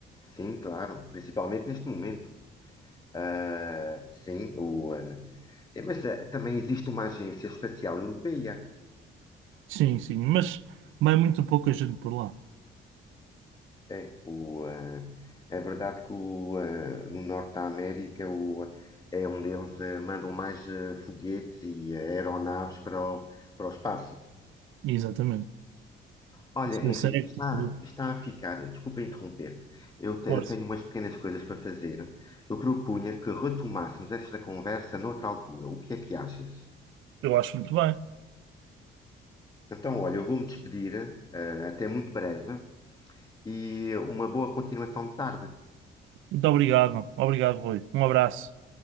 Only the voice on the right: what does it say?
Sim, sim, mas vai muito pouca gente por lá.
Exatamente.
Se
der certo,
tudo,
força.
Eu acho muito bem.
Muito obrigado. Obrigado, Rui. Um abraço.